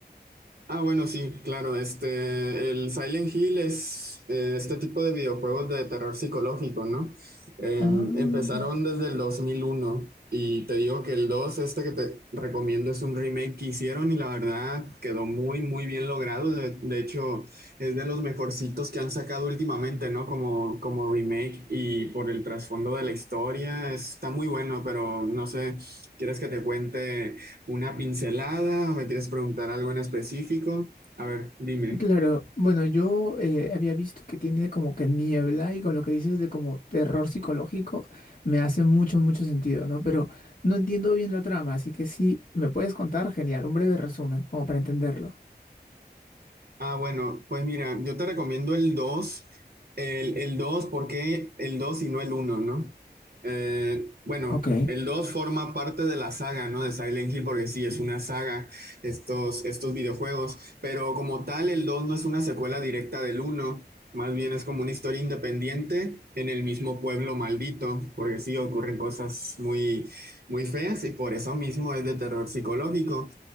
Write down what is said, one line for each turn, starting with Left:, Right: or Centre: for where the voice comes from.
Right: Ah, bueno, sí, claro. Este, el Silent Hill es eh, este tipo de videojuegos de terror psicológico, ¿no? Eh,
Left: Ah,
Right: empezaron desde el 2001 y te digo que el 2, este que te recomiendo, es un remake que hicieron y la verdad quedó muy, muy bien logrado. De, de hecho, es de los mejorcitos que han sacado últimamente, ¿no? Como, como remake y por el trasfondo de la historia, está muy bueno, pero no sé, ¿quieres que te cuente? Una pincelada, o ¿me quieres preguntar algo en específico? A ver, dime.
Left: claro. Bueno, yo eh, había visto que tiene como que niebla y con lo que dices de como terror psicológico me hace mucho, mucho sentido, ¿no? Pero no entiendo bien la trama, así que sí, me puedes contar, genial, un breve resumen, como para entenderlo.
Right: Ah, bueno, pues mira, yo te recomiendo el 2, el, el 2, ¿por qué el 2 y no el uno, no? Eh, bueno,
Left: Ok.
Right: el 2 forma parte de la saga, ¿no? De Silent Hill, porque sí, es una saga, estos, estos videojuegos, pero como tal, el 2 no es una secuela directa del uno, más bien es como una historia independiente en el mismo pueblo maldito, porque sí, ocurren cosas muy, muy feas y por eso mismo es de terror psicológico.